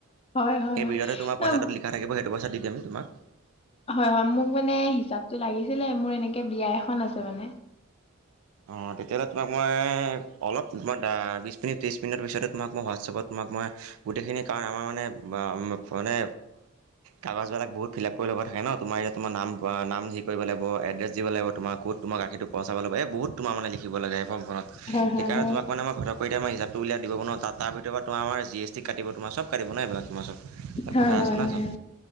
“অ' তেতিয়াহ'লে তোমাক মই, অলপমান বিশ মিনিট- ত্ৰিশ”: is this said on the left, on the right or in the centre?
Right